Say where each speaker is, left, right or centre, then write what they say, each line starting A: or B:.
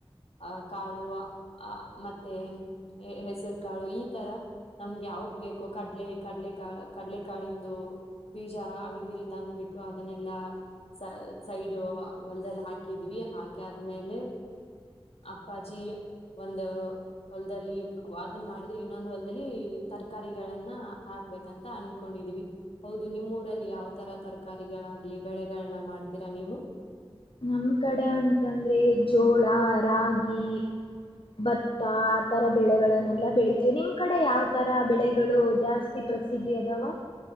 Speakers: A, on the left; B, on the left.
A: ಅಹ ಕಾಳು ಅ ಮತ್ತೆ ಹೆಸ್ರ್ ಕಾಳು ಈ ತರ ನಮ್ಗೆ ಯಾವ್ದ್ ಬೇಕೊ ಕಡ್ಲೆ ಕಡ್ಲೆಕಾ ಕಡಲೆಕಾಳಿಂದು ಬೀಜ ಅಂಗ್ಡಿಯಲ್ ತಂದ್ಬಿಟ್ಟು ಅದನ್ನೆಲ್ಲಾ ಸ ಸೈಡ್ ಹೊಲ್ದಲ್ಲಿ ಹಾಕಿದ್ವಿ ಹಾಕಿ ಆದ್ಮೇಲೆ. ಅಪ್ಪಾಜಿ ಒಂದ ಹೊಲ್ದಲ್ಲಿ ವಾಗನ್ ಮಾಡಿದ್ರೆ ಇನ್ನೊಂದ್ ಹೊಲ್ದಲ್ಲಿ ತರ್ಕಾರಿಗಳನ್ನ ಹಾಕ್ಬೇಕಂತ ಅನ್ಕೊಂಡಿದೀವಿ ಹೌದು ನಿಮ್ಮ್ ಊರಲ್ಲಿ ಯಾವ್ ತರ ತರಕಾರಿಗಳಾಗ್ಲಿ ಬೆಳೆಗಳನ್ನ ಮಾಡ್ತೀರ ನೀವು.
B: ನಮ್ ಕಡೆ ಅಂತಂದ್ರೆ ಜೋಳ ರಾಗಿ ಭತ್ತ ಆತರ ಬೆಳೆಗಳನ್ನೆಲ್ಲ ಬೆಳಿತೀವ್ ನಿಮ್ ಕಡೆ ಯಾವ್ ತರ ಬೆಳೆಗಳು ಜಾಸ್ತಿ ಪ್ರಸಿದ್ಧಿ ಅದವಾ.